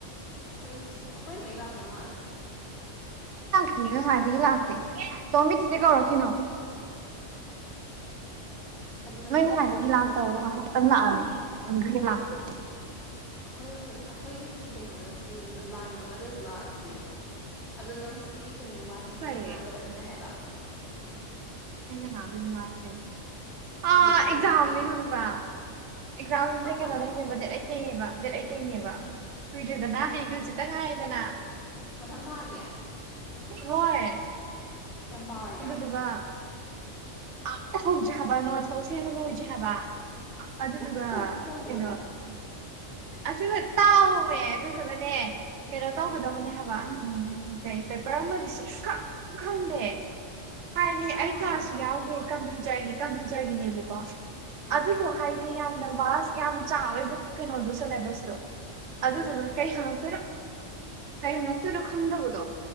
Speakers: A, on the left; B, on the right.
A: ꯑꯈꯣꯏꯁ ꯑꯈꯣꯏ ꯃꯩ ꯂꯥꯛ ꯄꯃꯥꯜꯂꯦ
B: ꯑꯦ ꯉꯁꯥꯏꯗꯒꯤ ꯂꯥꯛꯇꯦ꯫ ꯇꯣꯝꯕꯤ ꯆꯤꯆꯦ
A: ꯑꯣ
B: ꯀꯧꯔꯛꯈꯤꯅꯣ꯫
A: ꯑꯗꯨꯒ
B: ꯃꯩ ꯉꯁꯥꯏꯗꯒꯤ ꯂꯥꯛꯇꯧꯔꯣ ꯉꯍ ꯇꯪ ꯂꯥꯛꯑꯝꯃꯤ ꯑꯗꯨꯗꯒꯤ ꯂꯥꯛꯇꯦ꯫
A: ꯑꯩꯈꯣꯏ ꯑꯩꯈꯣꯏꯒꯤ ꯀꯩꯅꯣꯗꯁꯨ ꯂꯥꯏꯟ ꯑꯃꯗꯁꯨ ꯂꯥꯛꯇꯤꯌꯦ ꯑꯗꯣ ꯑꯗꯣ ꯅꯪ ꯁꯤꯒꯤ <unintelligible> ꯃꯤ ꯋꯥꯁꯦ
B: ꯃꯨꯠꯈꯔꯦ
A: ꯅꯪꯅ ꯉꯥꯡꯒꯗꯕꯅ ꯍꯥꯏꯕ꯫
B: ꯑꯩꯅ ꯉꯥꯡꯏ ꯃꯤꯋꯥ ꯁꯤ ꯀꯩ
A: ꯈꯪꯗꯦ
B: ꯑꯥ ꯑꯦꯛꯖꯥꯝꯅꯤ
A: ꯅꯣꯏꯒꯤ
B: ꯈꯪꯕ꯭ꯔꯥ ꯑꯦꯛꯖꯥꯝꯖꯦ
A: ꯀꯔꯝ ꯀꯥꯟꯗꯩꯅꯣ
B: ꯀꯩꯅꯣꯗꯪꯅꯦꯕ ꯗꯦꯠ ꯑꯦꯠꯇꯩꯅꯦꯕ ꯗꯦꯠ ꯑꯦꯠꯇꯩꯅꯦꯕ ꯀꯨꯏꯗ꯭ꯔꯦꯗꯅ
A: ꯑꯦ
B: ꯍꯌꯦꯡ ꯍꯪꯆꯤꯠꯇꯪ ꯉꯥꯏꯔꯦ꯫ ꯗꯅ
A: ꯃꯊꯪ ꯊꯥꯒꯤ
B: ꯍꯣꯏ
A: ꯀꯌꯥꯝ ꯄꯥꯔꯒꯦ
B: ꯑꯗꯨꯗꯨꯒ ꯑꯝꯇ ꯍꯧꯗꯔꯤ ꯍꯥꯏꯕ ꯅꯣꯁꯇ ꯄꯥꯎ ꯁꯦꯝꯕ ꯂꯣꯏꯗꯔꯤ ꯍꯥꯏꯕ ꯑꯗꯨꯗꯨꯒ
A: ꯅꯪ ꯀꯩ ꯇꯧꯏꯅꯣ
B: ꯀꯩꯅꯣ ꯑꯗꯨꯒ ꯇꯥꯑꯣꯃꯦ ꯑꯗꯨꯗꯨꯒꯅꯦ ꯀꯩꯅꯣ
A: ꯎꯝ
B: ꯇꯧꯒꯗꯕꯅꯦ ꯍꯥꯏꯕ ꯩ ꯄꯦꯄꯔ ꯑꯃꯗꯤꯗꯤ ꯁꯨꯁꯈꯪ ꯈꯪꯗꯦ ꯍꯥꯏꯗꯤ
A: ꯀꯃꯥꯏꯅ
B: ꯑꯩ ꯀ꯭ꯂꯥꯁꯁꯨ ꯌꯥꯎꯗꯦ ꯀꯝꯄ꯭ꯌꯨꯔ ꯇꯔꯒꯤ ꯀꯝꯄ꯭ꯌꯨꯇꯔ ꯒꯤꯅꯦꯕꯀꯣ
A: ꯎꯝ
B: ꯑꯗꯨꯗꯣ ꯍꯥꯏꯗꯤ ꯌꯥꯝ ꯚꯥꯁ ꯌꯥꯝ ꯆꯥꯎꯋꯦꯕꯣ ꯀꯩꯅꯣꯗꯣ ꯁꯤꯂꯦꯕꯁꯇꯣ ꯑꯗꯨ
A: ꯑꯦ
B: ꯗꯨꯒ ꯀꯩ ꯍꯪꯉꯛꯛꯇꯣꯏꯅꯣ ꯀꯩ ꯍꯪꯉꯛꯇꯣꯏꯅꯣ ꯈꯪꯗꯕꯗꯣ